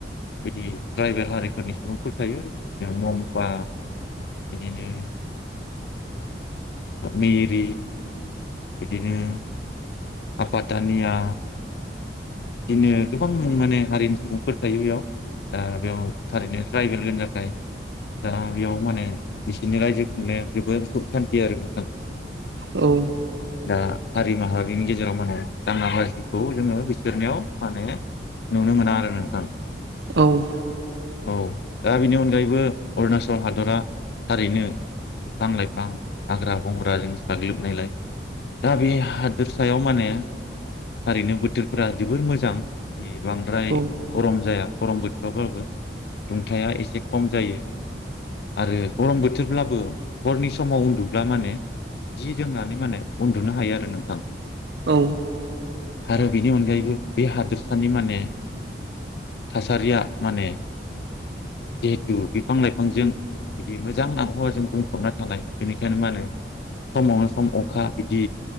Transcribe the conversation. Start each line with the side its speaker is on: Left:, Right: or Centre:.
Left: बिदि ट्राइबेल हारिफोरनि सुबुंफोर थायो बिदिनो ममफा बिदिनो मिरि बिदिनो आफाटानिया बिदिनो गोबां माने हारिनि सुबुंफोर थायो बेयाव दा बेयाव थारैनो ट्राइबेलफोरनि थाखाय दा बेयाव माने बिसोरनि रायजो खुंनाया जोबोद सुख सानथि आरो नोंथां।
Right: औ
Left: दा हारि माहारिनि गेजेराव माने दाङा बाजिखौ जोङो बे नायाव माने नुनो मोना आरो नोंथां।
Right: औ
Left: औ दा बेनि अनगायैबो अरुणाचल हादरा थारैनो बिफां लाइफां हाग्रा बंग्रा जों साग्लोबनायलाय दा बे हादोरसायाव माने थारैनो बोथोर फोरा जोबोर मोजां बिदि बांद्राय
Right: औ
Left: गरम जाया गरम बोथोराबाबो दुंथाया एसे खम जायो। आरो गरम बोथोरब्लाबो हरनि समाव उन्दुब्ला माने जि जोमनानै माने उन्दुनो हायो आरो नोंथां।
Right: औ
Left: आरो बेनि अनगायैबो बे हादोरसानि माने थासारिया माने जिहेथु बिफां लाइफांजों बिदि मोजां आबहावाजों बुंफबना थानाय बेनिखायनो मा होनो? समावनो सम अखा बिदि